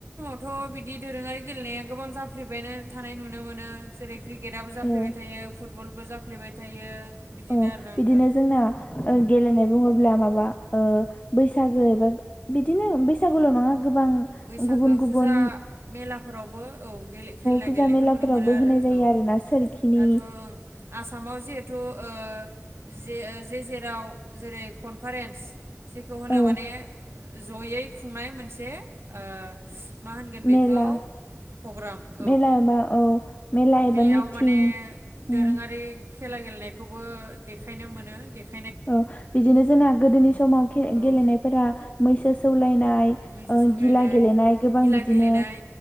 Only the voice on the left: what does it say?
औ
औ
बिदिनो जोंना ओ गेलेनाय बुङोब्ला माबा ओ बैसागो एबा बिदिनो बैसागुल' नङा गोबां
गुबुन गुबुन
फुजा
मेलाफोरावबो
होनाय जायो
आरोना सोरखिनि
औ
मेला
मेला एबा औ मेला एबा
मिथिं
उम
औ बिदिनो जोंना गोदोनि समाव खे गेलेनायफोरा
मैसो सौलायना नाय
ओ
गिला गेलेनाय गोबां
बिदिनो